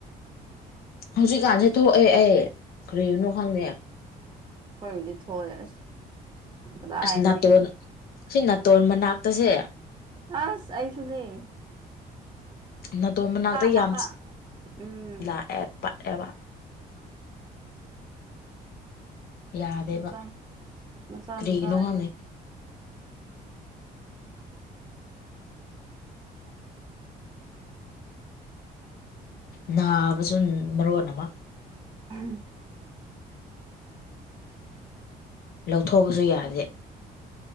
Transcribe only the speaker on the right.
ꯑꯩꯈꯣꯏꯕꯨꯗꯤ ꯊꯣꯛꯑꯦ ꯑꯁ ꯀꯗꯥꯏꯗꯒꯤ
ꯑꯁ ꯑꯩꯁꯅꯦ
ꯉꯥꯛꯇ
ꯎꯝ
ꯃꯆꯥꯥ ꯃꯆꯥꯥ
ꯃꯆꯥꯥ ꯑ
ꯎꯝ